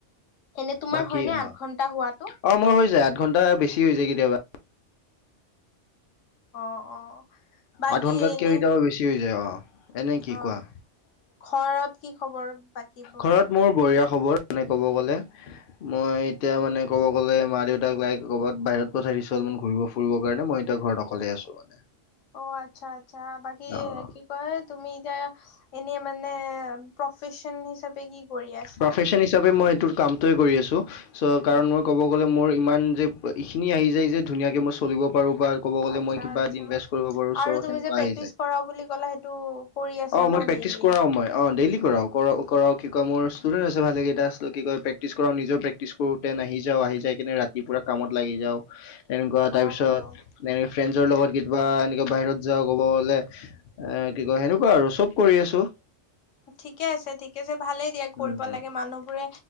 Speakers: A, on the left; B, on the left.
A: এনে তোমাৰ
B: বাকী
A: হয় নে
B: অ
A: আঠ ঘন্টা শুৱাটো,
B: অ মোৰ হৈ যায় আঠ ঘণ্টা বেছি হৈ যায় কেতিয়াবা।
A: অ অ, বাকী
B: আঠ ঘণ্টাতকৈ
A: এনে
B: এটাব বেছি হৈ যায় অঁ এনেই কি
A: অ
B: কোৱা।
A: ঘৰত কি খবৰ। বাকীবোৰৰ
B: ঘৰত মোৰ বঢ়িয়া খবৰ মানে ক'ব গলে। মই এতিয়া মানে ক'ব গ'লে মা দেউতাক লাইক ক'ৰবাত বাহিৰত পঠাই দিছো অলপমান ঘূৰিব, ফুৰিবৰ কাৰণে মই এতিয়া ঘৰত অকলে আছো মানে।
A: অ আচ্ছা আচ্ছা বাকী
B: অ
A: কি কয় তুমি এতিয়া এনে মানে, প্ৰফেচন হিচাপে কি। কৰি আছা
B: প্ৰফেচন হিচাপে মই এইটো কামটোৱে কৰি আছোঁ ছ কাৰণ
A: অ
B: মই ক'ব, গলে মোৰ ইমান যে এইখিনি আহি যায় যে ধুনীয়াকে মই চলিব পাৰো বা, ক'ব গ'লে
A: আচ্ছা
B: মই কিবা
A: আচ্ছা
B: এ ইনভেষ্ট কৰিব পাৰো
A: আৰু
B: ছ
A: তুমি
B: সেনেকুৱা
A: যে প্ৰেক্টিচ
B: আহি যায়।
A: কৰা বুলি ক'লা সেইটো কৰি আছা
B: অ
A: ন
B: মই প্ৰেক্টিচ
A: ডেইলি
B: কৰাও মই অ ডেইলি কৰাও কৰ কৰাও কি, ক মোৰ ষ্টডেণ্ট হৈছে ভালেকেইটা কি প্ৰেক্টিছ কৰাওঁ নিজৰ প্ৰেকটিছ কৰোঁতে আহি যাওঁ আহি যায় কেনে ৰাতি, পুৰা কামত লাগি যাওঁ তেনেকুৱা
A: অ
B: তাৰ পিছত,
A: অ
B: এক ফ্ৰেণ্ডছৰ লগত কেতিাবা এনেকে বাহিৰত যাওঁ ক'ব গ'লে। এ কি কয় সেনেকুৱা আৰু চব কৰি আছো।
A: ঠিকে আছে ঠিকে আছে ভালেই দিয়া কৰিব
B: উম,
A: লাগে মানুহবোৰে।